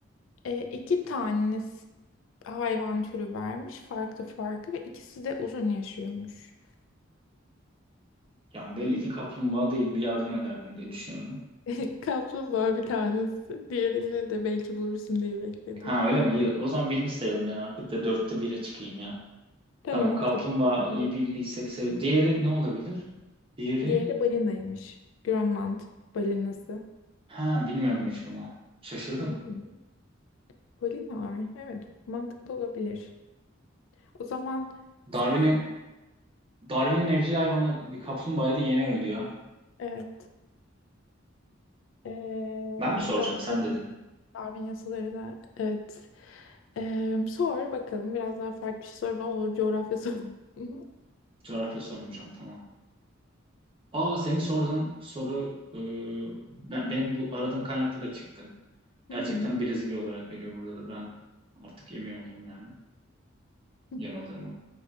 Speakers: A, on the left (about 70°); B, on the right (about 25°).
A: e, iki tane s- hayvan türü vermiş. Farklı farklı ve ikisi de uzun yaşıyormuş.
B: Yani belli ki kaplumbağa değil bir yardım ederdin diye düşünüyorum.
A: <laughs> Kaplumbağa bir tanesi. Diğerini de belki bulursun diye bekledim.
B: Ha öyle mi? İyi. O zaman bilmiş sayalım ben artık da dörtte bire çıkayım ya.
A: Tamam
B: Tamam kaplumbağayı
A: tamam. Ben bil-
B: bildiysek say- Diğeri ne olabilir? Diğeri
A: Diğeri de balinaymış. Grönland balinası.
B: ha bilmiyordum hiç bunu. Şaşırdım.
A: Hı hı. Balinalar. Evet, mantıklı olabilir. O zaman
B: Darwin'in
A: sen
B: Darwin'in evcil hayvanı bir kaplumbağaydı yeni öldü ya.
A: evet e,
B: Ben mi soracağım
A: Darwin,
B: sen dedin.
A: Darwin yasaları da evet E, sor bakalım biraz daha farklı bir şey sor ne olur coğrafya sor. <laughs>
B: Coğrafya sormayacağım tamam. Aa senin sorduğun soru e, ben, benim bu aradığım kaynakta da çıktı.
A: Hı
B: Gerçekten
A: hı,
B: Brezilya olarak veriyor burada da ben artık emin oldum yani
A: hı hı,
B: yanıldığımı.